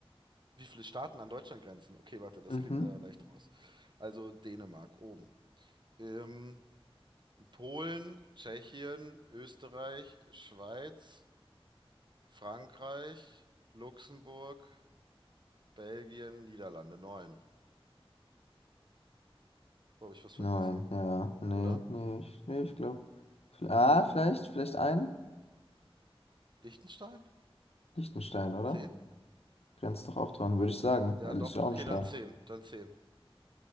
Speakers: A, on the right; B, on the left.
A: wie viele Staaten an Deutschland grenzen? Okay, warte, das
B: Mhm.
A: kriegen wir leicht raus. Also Dänemark oben. Ähm, Polen, Tschechien, Österreich, Schweiz, Frankreich, Luxemburg, Belgien, Niederlande. Neun. Wo habe ich was vergessen?
B: Neun, ja. Nee,
A: Oder?
B: nee, ich, nee, ich glaube. Ah, vielleicht, vielleicht ein?
A: Liechtenstein?
B: Liechtenstein, oder?
A: Zehn?
B: Grenzt doch auch dran, würde ich sagen.
A: Ja,
B: Weil
A: doch.
B: ist ja
A: Okay,
B: auch ein Staat.
A: dann zehn. Dann zehn.